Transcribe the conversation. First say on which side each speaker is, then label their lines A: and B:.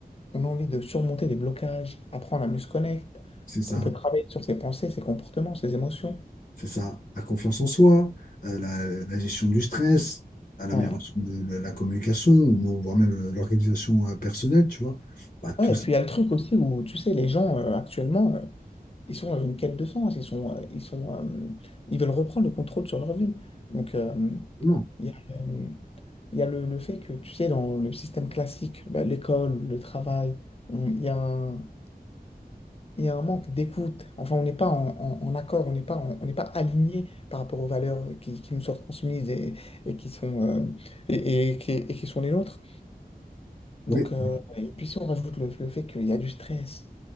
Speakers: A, on the left; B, on the left.
A: on a envie de surmonter des blocages, apprendre à mieux se connaître.
B: c'est ça.
A: On peut travailler sur ses pensées, ses comportements, ses émotions.
B: C'est ça. La confiance en soi, euh, la, la gestion du stress, à l'amélioration
A: Ouais.
B: de, de la communication, ou voire même euh, l'organisation euh, personnelle, tu vois. Bah, tout
A: Ouais, et
B: ça,
A: puis il y a le truc aussi où, tu sais, les gens euh, actuellement, euh, ils sont dans une quête de sens, ils sont, euh, ils sont, euh, ils veulent reprendre le contrôle sur leur vie. Donc, euh,
B: vraiment.
A: il y a, euh, Il y a le, le fait que, tu sais, dans le système classique, bah, l'école, le travail, on- il y a un, il y a un manque d'écoute. Enfin, on n'est pas en, en- en accord, on n'est pas, en- on n'est pas aligné par rapport aux valeurs qui, qui nous sont transmises et, et qui sont, euh, et, et qui, et qui sont les nôtres.
B: Oui.
A: Donc, euh, et puis si on rajoute le, le fait qu'il y a du stress,